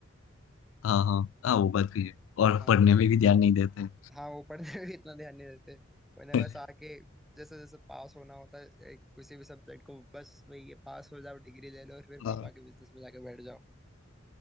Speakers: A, on the left; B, in the centre.
A: हाँ हाँ हाँ वो बात भी है और
B: हाँ
A: पढ़ने में भी ध्यान नहीं देते हैं।
B: हाँ वो पढ़ने में भी इतना ध्यान नहीं देते उन्हें
A: <laughs>
B: बस आके जैसे जैसे पास होना होता है एक- किसी भी सब्जेक्ट को बस वही ये पास हो जाओ डिग्री ले लो और फिर पापा
A: हाँ
B: के बिजनेस में जाके बैठ जाओ